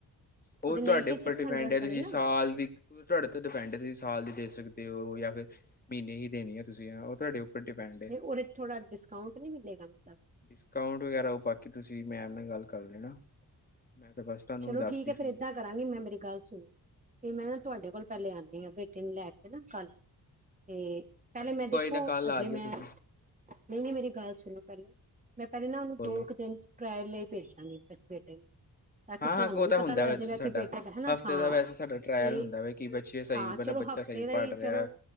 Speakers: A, on the left (about 25°); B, on the right (about 20°).
A: ਉਹ
B: ਉਹਦੇ
A: ਤੁਹਾਡੇ
B: ਨਾਈਨਟੀ
A: ਉੱਪਰ
B: ਸਿਕਸ
A: ਡਿਪੈਂਡ
B: ਹੰਡਰਡ
A: ਹੈ ਤੁਸੀਂ
B: ਬਣੇ ਨਾ
A: ਸਾਲ ਦੀ ਔ ਤੁਹਾਡੇ ਤੇ ਡਿਪੈਂਡ ਐ, ਤੁਸੀਂ ਸਾਲ ਦੇ ਸਕਦੇ ਹੋ ਜਾਂ ਫਿਰ ਮਹੀਨੇ ਹੀ ਦੇਣੇ ਐ, ਤੁਸੀਂ ਉਹ ਤੁਹਾਡੇ ਉੱਪਰ ਡਿਪੈਂਡ ਹੈ
B: ਤੇ ਉਹਦੇ ਚ ਥੋੜਾ ਡਿਸਕਾਊਂਟ ਨਹੀਂ ਮਿਲੇਗਾ ਮਤਲਬ?
A: ਡਿਸਕਾਊਂਟ ਵਗੈਰਾ, ਉਹ ਬਾਕੀ ਤੁਸੀਂ ਮੈਮ ਨਾਲ ਗੱਲ ਕਰ ਲੈਣਾ। ਮੈਂ ਤਾਂ ਬਸ ਤੁਹਾਨੂੰ
B: ਚਲੋ
A: ਦੱਸਤੀ
B: ਠੀਕ ਹੈ,
A: ਫੀਸ
B: ਫੇਰ ਏਦਾਂ
A: ਵਗੈਰਾ
B: ਕਰਾਂਗੀ ਮੈਂ ਮੇਰੀ ਗੱਲ ਸੁਣੋ ਫੇਰ ਮੈਂ ਨਾ
A: ਹਾਂਜੀ।
B: ਤੁਹਾਡੇ ਕੋਲ ਪਹਿਲੇ ਆਉਂਦੀ ਹਾਂ, ਬੇਟੇ ਨੂੰ ਲੈ ਕੇ ਨਾ ਕੱਲ ਤੇ ਪਹਿਲੇ
A: ਹਾਂਜੀ
B: ਮੈਂ ਦੇਖੋ,
A: ਕੋਈ ਨਾ ਕੱਲ ਆ
B: ਅਜੇ
A: ਜਿਓ
B: ਮੈਂ
A: ਤੁਸੀਂ
B: ਨਹੀਂ ਨਹੀਂ ਮੇਰੀ ਗੱਲ ਸੁਣੋ ਪਹਿਲੇ ਮੈਂ ਪਹਿਲੇ ਨਾ ਉਹਨੂੰ
A: ਬੋਲੋ।
B: ਦੋ ਕੁ ਦਿਨ ਟਰਾਇਲ ਲਈ ਭੇਜਾਂਗੇ ਫਿਰ ਬੇਟੇ ਨੂੰ ਤਾਂ ਕਿ
A: ਹਾਂ-ਹਾਂ
B: ਤੁਹਾਨੂੰ
A: ਉਹ
B: ਵੀ
A: ਤਾਂ
B: ਪਤਾ
A: ਹੁੰਦਾ
B: ਲੱਗ
A: ਵੈਸੇ
B: ਜਾਏਗਾ,
A: ਸਾਡਾ
B: ਕਿ ਬੇਟਾ ਤਾਂ ਹੈਾ
A: ਹਫ਼ਤੇ
B: ਹਾਂ
A: ਦਾ ਵੈਸੇ ਸਾਡਾ ਟਰਾਇਲ
B: ਤੇ
A: ਹੁੰਦਾ ਵਾ ਕਿ ਬੱਚੇ ਸਹੀ
B: ਹਾਂ
A: ਮਤਲਬ
B: ਚਲੋ
A: ਬੱਚਾ
B: ਹਫ਼ਤੇ
A: ਸਹੀ
B: ਦਾ
A: ਪੜ੍ਹ
B: ਹੀ, ਚਲੋ
A: ਰਿਹਾ